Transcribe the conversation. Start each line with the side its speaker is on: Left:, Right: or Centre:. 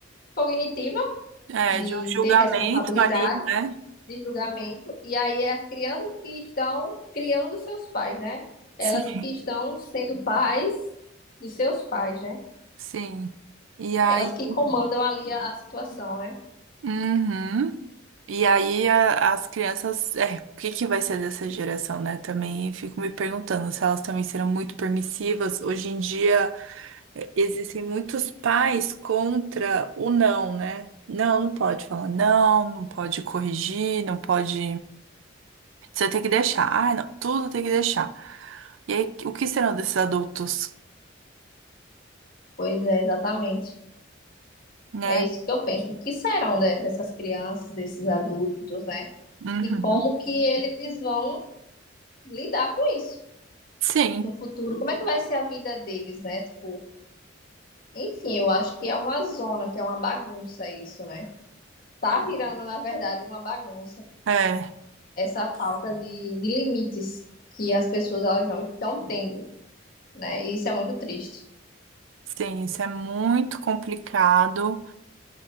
Left: cognitiva
Right: É,
Left: de
Right: de um julgamento
Left: ter responsabilidade,
Right: ali, né?
Left: de julgamento, e aí as crianças que estão criando seus pais, né? Elas
Right: Sim.
Left: que estão sendo pais dos seus pais, né?
Right: Sim. E aí,
Left: Elas que comandam ali a, a situação, né?
Right: uhum. E aí a- as crianças, é, o que que vai ser dessa geração, né? Também fico me perguntando se elas também serão muito permissivas. Hoje em dia é, existem muitos pais contra o não, né? Não, não pode falar não, não pode corrigir, não pode. Você tem que deixar. Ah, não, tudo tem que deixar. E aí, o que serão desses adultos,
Left: Pois é, exatamente.
Right: né?
Left: É isso que eu penso. O que serão de- dessas crianças, desses adultos, né?
Right: Uhum.
Left: E como que eles vão lidar com isso
Right: Sim,
Left: no futuro? Como é que vai ser a vida deles, né? Tipo, enfim, eu acho que é uma zona, que é uma bagunça isso, né? Tá virando, na verdade, uma bagunça
Right: é.
Left: essa falta de, de limites que as pessoas elas não estão tendo, né? E isso é muito triste.
Right: Sim, isso é muito complicado.